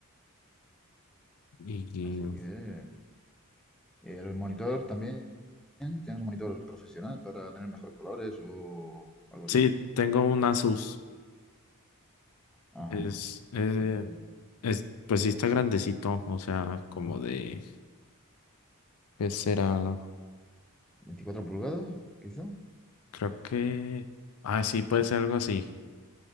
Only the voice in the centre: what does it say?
Así que eh, el monitor también, ¿tienes un monitor profesional para tener mejores colores o algo
así?
Ajá.
Mm,
¿24 pulgadas, quizá?